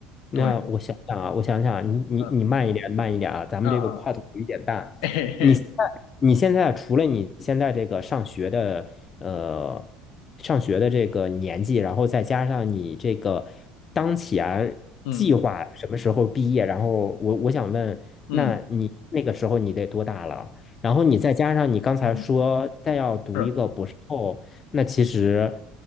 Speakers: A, on the left; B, on the left.
A: 对，
B: 那我想想啊，我想想啊你你你慢一点，
A: 嗯
B: 慢一点啊，咱们这个跨度有一点大。
A: 啊啊，<laughs> 嘿嘿，
B: 你现在你现在除了你现在这个上学的呃上学的这个年纪，然后再加上你这个当前计划什么时候毕业，
A: 嗯
B: 然后我我想问，
A: 嗯
B: 那你那个时候你得多大了？然后你再加上你刚才说再要读一个博士后，
A: 嗯，是，
B: 那其实